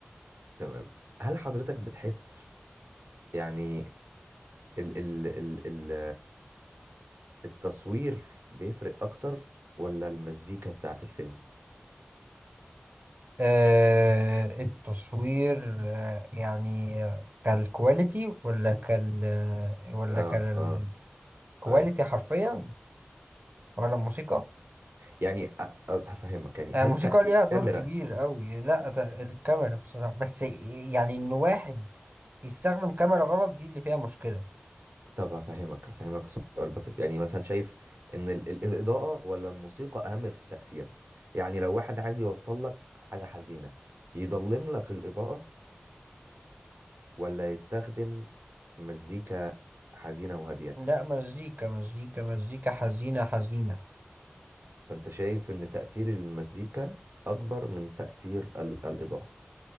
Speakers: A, on the right (about 80°); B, on the right (about 50°).
A: تمام هل حضرتك بتحس يعني ال ال ال ال التصوير بيفرق اكتر ولا المزيكا بتاعت الفيلم
B: آه التصوير آه يعني كالكواليتي ولا كال ولا
A: اه
B: كالكواليتي
A: اه ايوه
B: حرفيا ولا الموسيقى
A: يعني أ- أ- هفهمك يعني
B: آه
A: هل
B: الموسيقى
A: تأثير
B: ليها
A: الكاميرا
B: دور كبير قوي لا ده الكاميرا بصراحة بس يعني ان واحد يستخدم كاميرا غلط دي اللي فيها مشكلة
A: طب هفهمك هفهمك سؤال بس يعني مثلا شايف ان ال ال الإضاءة ولا الموسيقى اهم في التأثير يعني لو واحد عايز يوصل لك حاجة حزينة يضلم لك الإضاءة ولا يستخدم مزيكا حزينة وهادية
B: لا مزيكا مزيكا مزيكا حزينة حزينة
A: فأنت شايف إن تأثير المزيكا أكبر من تأثير ال- الإضاءة